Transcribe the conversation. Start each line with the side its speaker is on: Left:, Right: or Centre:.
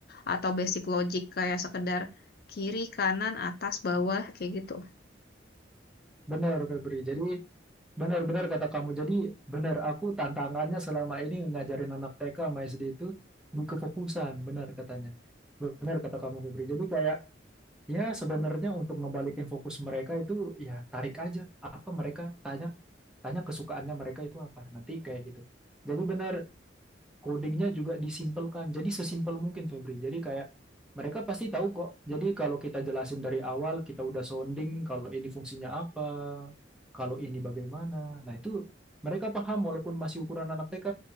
Left: atau basic logic kayak sekedar kiri kanan atas bawah kayak gitu
Centre: Benar, Febri. Jadi benar-benar kata kamu. Jadi benar, aku tantangannya selama ini ngajarin anak TK sama SD itu di kefokusan, benar katanya. Benar kata kamu, Febri. Jadi kayak Ya, sebenarnya untuk ngebalikin fokus mereka itu ya tarik aja apa mereka tanya tanya kesukaannya mereka itu apa. Nanti kayak gitu. Jadi benar codingnya juga disimpelkan. Jadi sesimpel mungkin Febri. Jadi kayak mereka pasti tahu kok. Jadi kalau kita jelasin dari awal, kita udah sounding kalau ini fungsinya apa, kalau ini bagaimana. Nah, itu mereka paham walaupun masih ukuran anak TK.